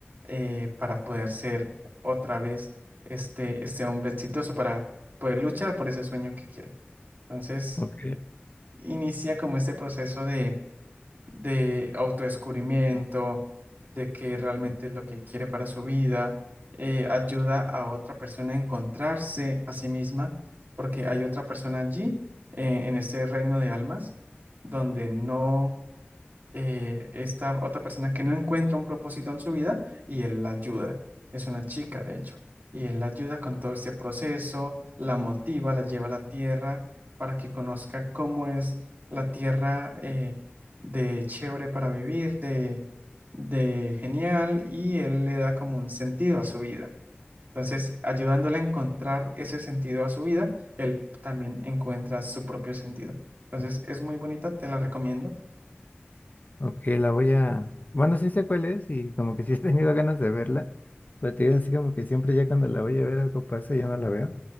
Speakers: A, on the right; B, on the left.
A: eh, para poder ser otra vez este, este hombre exitoso, para poder luchar por ese sueño que quiere. Entonces,
B: Ok,
A: inicia como este proceso de de autodescubrimiento, de que realmente es lo que quiere para su vida, eh, ayuda a otra persona a encontrarse a sí misma, porque hay otra persona allí, eh, en este reino de almas, donde no eh, esta otra persona que no encuentra un propósito en su vida y él la ayuda. Es una chica, de hecho. Y él la ayuda con todo este proceso, la motiva, la lleva a la tierra para que conozca cómo es la tierra eh, de chévere para vivir, de, de genial, y él le da como un sentido a su vida. Entonces, ayudándole a encontrar ese sentido a su vida, él también encuentra su propio sentido. Entonces, es muy bonita, te la recomiendo.
B: ok, la voy a... Bueno, sí sé cuál es y como que sí he tenido ganas de verla. Pero te digo así como que siempre ya cuando la voy a ver algo pasa y ya no la veo.